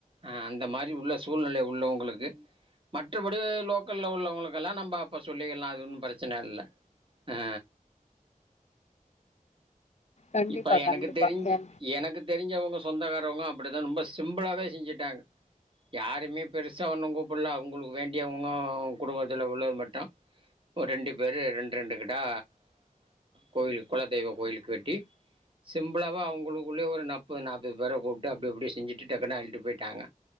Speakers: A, on the right; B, on the left.
A: ஆ அ இந்த மாரி உள்ள சூழ்நிலை உள்ளவுங்களுக்கு மற்றபடி லோக்கல்ல உள்ளவங்களுக்கெல்லா நம்ப அப்ப சொல்லிக்கலா அது ஒன்னு பிரச்சனை இல்ல ஆ
B: கண்டிப்பா
A: இப்ப எனக்கு
B: கண்டிப்பா
A: தெரிஞ்சு
B: ஏ
A: எனக்கு தெரிஞ்வங்க சொந்தக்காரவுங்க அப்டிதா ரொம்ப சிம்பிளாவே செஞ்சுட்டாங்க யாருமே பெருசா ஒன்னு கூப்புல்ல அவுங்குளுக்கு வேண்டியவங்க அவுங் குடும்பத்துல உள்ளது மட்டோ ஒர் ரெண்டு பேரு ரெண்டு ரெண்டு கெடா கோயிலுக் குலதெய்வ கோயிலுக்கு வெட்டி சிம்பிளாவா அவுங்குளுக் குள்ளயே ஒரு நப்பு நாப்பது பேர கூப்ட்டு அப்டி அப்டி செஞ்சுட்டு டக்குன்னு அள்ளிட்டு போயிட்டாங்க